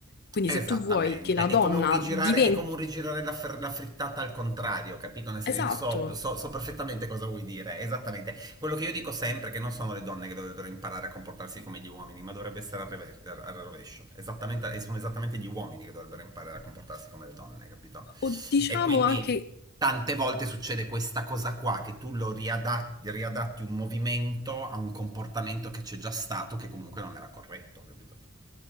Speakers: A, on the left; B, on the right.
A: Quindi
B: Esattamente,
A: se tu vuoi che la
B: è
A: donna
B: come un rigirare,
A: diventi...
B: è come un rigirare la, fer- la frittata al contrario, capito? Nel senso,
A: Esatto,
B: so, so- so perfettamente cosa vuoi dire, esattamente. Quello che io dico sempre è che non sono le donne che dovrebbero imparare a comportarsi come gli uomini, ma dovrebbe essere al, reve- al rovescio. Esattamente, sono esattamente gli uomini che dovrebbero imparare a comportarsi come le donne, capito?
A: o diciamo
B: E quindi
A: anche
B: tante volte succede questa cosa qua, che tu lo riadatti, riadatti un movimento a un comportamento che c'è già stato, che comunque non era corretto, capito?